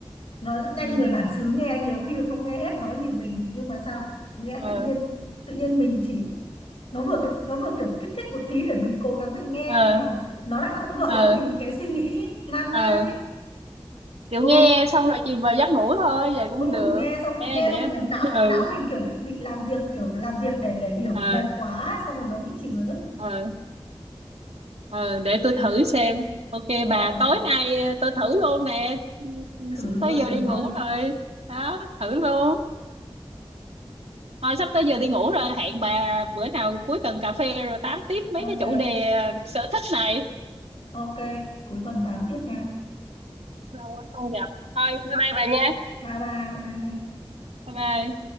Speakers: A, on the left; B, on the right.
A: nói rất nhanh
B: ừ
A: người bản xứ nghe nhiều khi còn không nghe hết nói gì mình nhưng mà sao nghe
B: ừ ờ
A: tự nhiên tự nhiên mình chỉ nó vừa nó vừa kiểu kích thích một tí để mình cố gắng mình nghe
B: ờ
A: nhưng mà nó lại không gợi
B: ờ
A: cho mình những cái suy nghĩ lan
B: ờ
A: man ấy
B: kiểu
A: ừ
B: nghe xong rồi chìm vào giấc ngủ thôi vậy cũng
A: ừ
B: được
A: nghe xong
B: Ê,
A: nghe
B: để
A: xong kiểu não
B: <laughs> ừ
A: não mình kiểu bị bị làm việc kiểu làm việc để để hiểu
B: ờ
A: mệt quá ấy. xong rồi nó bị chìm vào giấc
B: ờ ờ để tôi thử xem ok
A: ờ,
B: bà
A: thử,
B: tối nay ờ, tôi thử luôn nè Ừ, ừ,
A: thử
B: sắp
A: luôn
B: tới giờ
A: thử
B: đi
A: luôn
B: ngủ rồi đó thử luôn thôi sắp tới giờ đi ngủ rồi hẹn bà bữa nào cuối tuần cà phê rồi tám tiếp mấy
A: ok
B: cái chủ đề sở thích này
A: Ok, cuối tuần 8 tiếp nha.
B: lâu quá không gặp thôi bye bye bà nha
A: Bye bye, bye bye.
B: bye bye